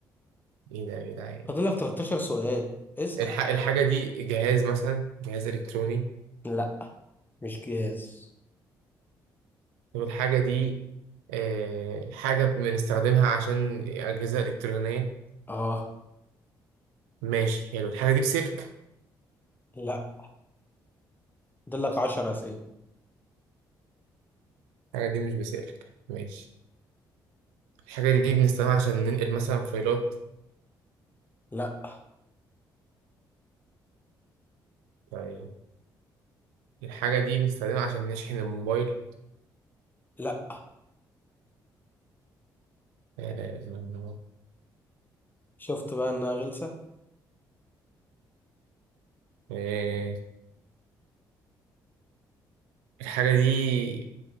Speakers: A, on the right; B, on the left.
A: ايه ده يا جدعان
B: فاضل لك 13 سؤال اسال
A: الح... الحاجه دي جهاز مثلا جهاز الكتروني
B: لا مش جهاز
A: طب الحاجه دي آه، حاجه بنستخدمها عشان اجهزه الكترونيه
B: اه
A: ماشي حلو الحاجه دي بسلك
B: لا دلك عشر أسئلة
A: الحاجه دي مش بسلك ماشي الحاجه دي بنستخدمها عشان ننقل مثلا فايلات
B: لا
A: طيب الحاجه دي بنستخدمها عشان نشحن الموبايل
B: لا
A: لا لا إله إلا الله.
B: شفت بقى إنها غلسة
A: آه، الحاجة دي